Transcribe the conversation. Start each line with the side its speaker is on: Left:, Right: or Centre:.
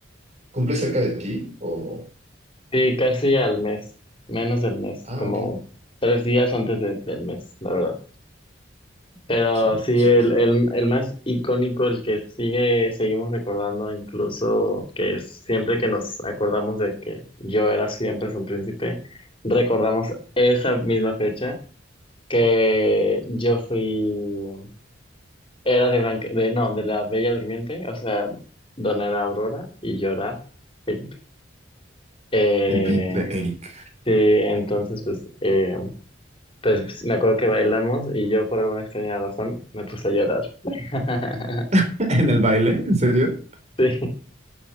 Right: cumple cerca de ti o...?
Left: sí, casi al mes, menos del mes,
Right: Ah,
Left: como
Right: ok.
Left: tres días antes de- del mes, la verdad. Pero
Right: Súper,
Left: sí,
Right: súper
Left: el,
Right: cerca.
Left: el, el más icónico, el que sigue, seguimos recordando, incluso que siempre que nos acordamos de que yo era siempre un príncipe, recordamos esa misma fecha que yo fui, era de Blanca, de, no, de la Bella Durmiente, o sea, Dona era Aurora y yo era Felipe. Eh,
Right: El príncipe Eric.
Left: sí, entonces pues, eh, pues me acuerdo que bailamos y yo por alguna extraña razón me puse a llorar. <laughs>
Right: <laughs> ¿En el baile? ¿En serio?
Left: Sí.